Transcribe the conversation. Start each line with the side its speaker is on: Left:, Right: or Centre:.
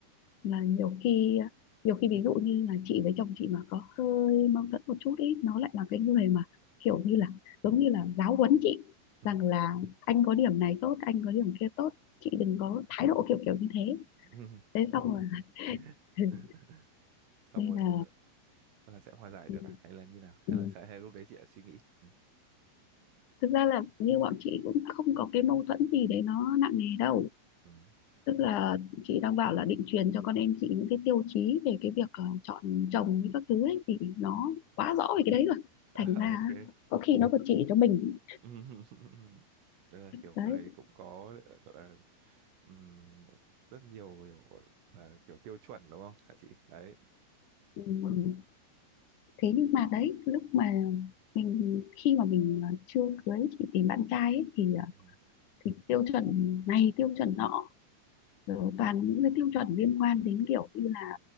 Left: là nhiều khi nhiều khi ví dụ như là chị với chồng chị mà có hơi mâu thuẫn một chút ý nó lại là cái người mà kiểu như là giống như là giáo huấn chị
Right: Ừ,
Left: rằng là anh có điểm này tốt anh có điểm kia tốt chị
Right: ừ.
Left: đừng có thái độ kiểu kiểu như thế
Right: <laughs>
Left: thế xong
Right: Ok.
Left: rồi
Right: <laughs>
Left: <laughs>
Right: Xong
Left: nên
Right: rồi
Left: là
Right: là sẽ hòa giải được
Left: Ừ.
Right: à? Hay là như nào? Hay
Left: Ừ.
Right: là sẽ hay lúc đấy chị đã suy nghĩ. Ừ.
Left: Thực ra là như bọn chị cũng không có cái mâu thuẫn gì đấy nó nặng nề đâu
Right: ừ. <laughs>
Left: tức là chị đang bảo là định truyền cho con em chị những cái tiêu chí về cái việc ờ, chọn chồng với các thứ ấy thì nó quá rõ về cái đấy rồi
Right: À,
Left: thành ra
Right: ok.
Left: có khi nó còn chỉ cho mình
Right: <laughs> Tức là kiểu
Left: đấy
Right: người cũng có gọi là, ừm, rất nhiều kiểu gọi là kiểu tiêu chuẩn đúng không hả chị đấy
Left: ừ. thế nhưng mà đấy lúc mà mình khi mà mình ờ, chưa cưới chị tìm bạn trai ấy, thì ờ,
Right: ừ.
Left: thì tiêu chuẩn này tiêu chuẩn nọ rồi toàn những cái tiêu chuẩn liên quan đến kiểu như là